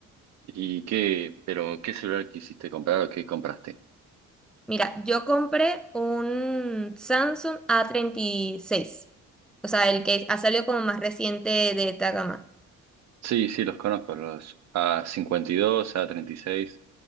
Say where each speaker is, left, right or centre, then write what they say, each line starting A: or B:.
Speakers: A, on the right; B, in the centre.
A: ¿Y qué, pero qué celular quisiste comprar o qué compraste?
B: Mira, yo compré un Samsung a treinta y seis, o sea, el que ha salido como más reciente de esta gama.
A: Sí, sí, los conozco, los a cincuenta y dos a treinta y seis